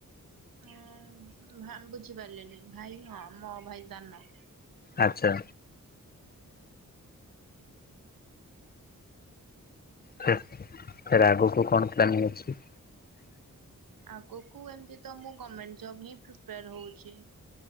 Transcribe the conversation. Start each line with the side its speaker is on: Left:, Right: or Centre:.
Right: ହଁ ଭା ବୁଝିପାରିଲିନି ଭାଇ ହଁ ମୋ ଭାଇ ସାନ
Left: ଆଚ୍ଛା ଫ ଫେର ଆଗକୁ କଣ ପ୍ଲାନିଂ ଅଛି
Right: ଆଗକୁ ଏମିତି ତ ମୁଁ ଗର୍ଣମେଣ୍ଟ ଜବ ହିଁ ପ୍ରିପେୟାର ହଉଛି